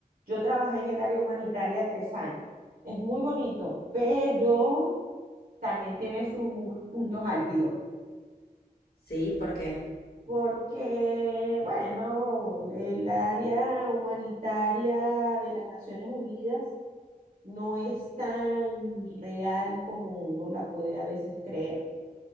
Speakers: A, on the right; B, on the left.
A: Yo trabajé en el área humanitaria tres años. Es muy bonito, pero también tiene sus puntos álgidos.
B: Sí, ¿por qué?
A: porque, bueno, el área humanitaria de las Naciones Unidas no es tan real como uno la puede a veces creer.